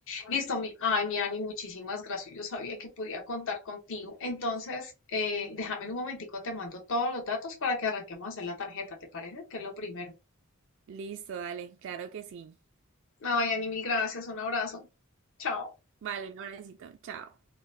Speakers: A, on the left (about 65°); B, on the right (about 60°).
A: Listo, mi, ay, mi Ani, muchísimas gracias. Yo sabía que podía contar contigo. Entonces, eh, déjame en un momentico, te mando todos los datos para que arranquemos a hacer la tarjeta, ¿te parece? Que es lo primero.
B: Listo, dale, claro que sí.
A: Ay, Ani, mil gracias, un abrazo. Chao.
B: Vale, un abracito. Chao.